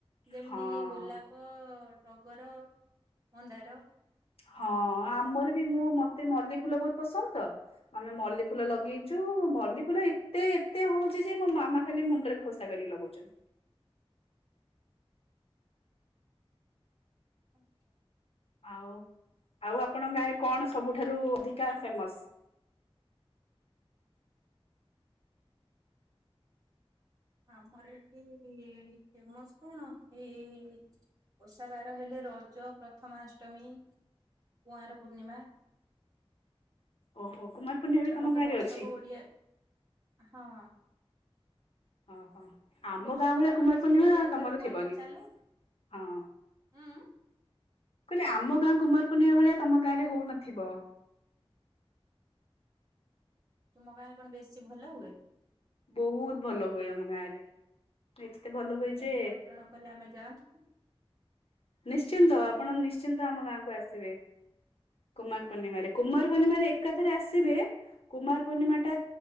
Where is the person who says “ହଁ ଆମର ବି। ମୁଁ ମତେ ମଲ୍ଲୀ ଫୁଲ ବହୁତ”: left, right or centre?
Left